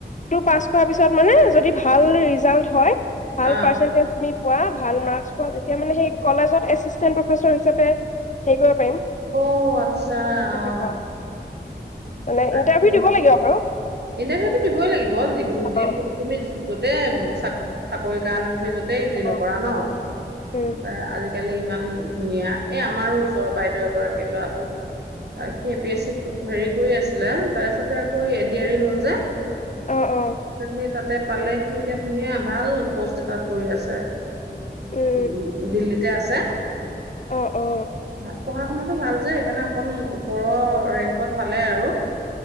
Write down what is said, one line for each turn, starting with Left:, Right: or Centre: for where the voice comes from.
Left: টো পাছ কৰাৰ পিছত মানে যদি ভাল ৰিজাল্ট হয় ভাল
Right: অ
Left: পাৰ্চেনটেজ তুমি পোৱা ভাল মাৰ্ক্স তেতিয়া মানে সেই কলেজত এচিষ্টেণ্ট প্ৰফেছৰ হিচাপে হেৰি কৰিব পাৰিম
Right: অ', আচ্ছা
Left: তেনেকুৱা
Right: অহ।
Left: মানে
Right: তাকে,
Left: ইণ্টাৰভিউ দিব লাগিব বাৰু
Right: ইণ্টাৰভিউতটো দিবই লাগিব যিকোন-যি
Left: অ
Right: তুমি যতে চা চাকৰি কাৰণে তুমি য তেই জি
Left: অ
Right: নকৰা ন'
Left: উম
Right: <inaudible> কালি ইমান ধুনীয়া এ, আমাৰো ওচৰৰ বাইদেউ এগৰাকী ল'ৰাটো অ, সি এ পি এছচিত হেৰি কৰি আছিলে তাৰপিছতে আকৌ এ ডি আৰ ই হ'ল যে।
Left: অ অ
Right: সেই তাতে পালে সি, এতিয়া ধুনীয়া ভাল প'ষ্ট এটাত কৰি আছে।
Left: উম
Right: উম-উম দিল্লীত <unintelligible> আছে।
Left: অ অ
Right: ভাল পঢ়া শুনাতও ভাল যে সেইকাৰণে অকণ ওপৰৰ ৰেংকত পালে আৰু